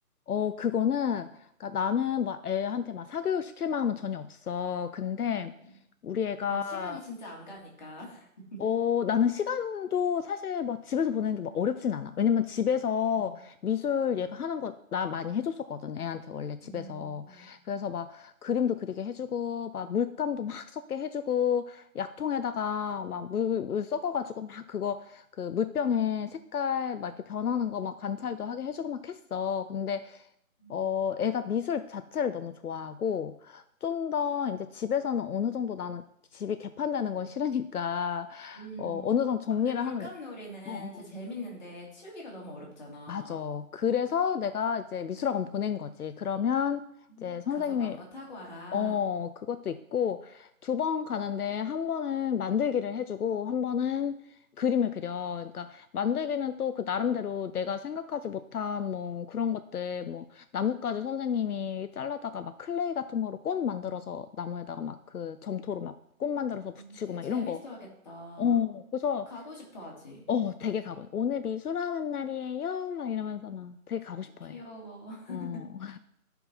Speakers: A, on the left; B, on the left.
A: 어, 그거는, 그러니까 나는 막 애한테 막 사교육 시킬 마음은 전혀 없어. 근데
B: 음.
A: 우리 애가,
B: 아니, 시간이 진짜 안 가니까. <laughs>
A: 어, 나는 시간도 사실 막 집에서 보내는 게 막 어렵진 않아. 왜냐면 집에서
B: 음.
A: 미술 얘가 하는 거 나 많이 해줬었거든. 애한테 원래 집에서.
B: 음.
A: 그래서 막 그림도 그리게 해주고, 막 물감도 막 섞게 해주고, 약통에다가 막 물, 물 섞어가지고 막 그거, 그 물병에 색깔 막 이렇게 변하는 거 막 관찰도 하게 해주고 막 했어. 근데
B: 음.
A: 어, 애가 미술 자체를 너무 좋아하고, 좀 더 이제 집에서는 어느 정도 나는 집이 개판되는 건 싫으니까,
B: 음.
A: 어, 어느 정도 정리를
B: 아, 근데 물감놀이는
A: 하는, 어, 어.
B: 진짜 재밌는데 치우기가 너무 어렵잖아.
A: 맞아. 그래서 내가 이제 미술학원 보낸 거지. 그러면
B: 음,
A: 이제 선생님이
B: 가서 마음껏 하고 와라.
A: 어, 그것도 있고, 두 번 가는데 한 번은 만들기를 해주고, 한 번은 그림을 그려. 그러니까 만들기는 또 그 나름대로 내가 생각하지 못한 뭐 그런 것들, 뭐 나뭇가지 선생님이 잘라다가 막 클레이 같은 거로 꽃 만들어서 나무에다가 막 그 점토로 막 꽃 만들어서 붙이고
B: 어, 되게
A: 막
B: 재밌어
A: 이런 거.
B: 하겠다.
A: 어, 그래서,
B: 가고 싶어 하지.
A: 어, 되게 가고, 오늘 미술하는 날이에요? 막 이러면서 막 되게 가고 싶어
B: 귀여워.
A: 해. 어.
B: <laughs>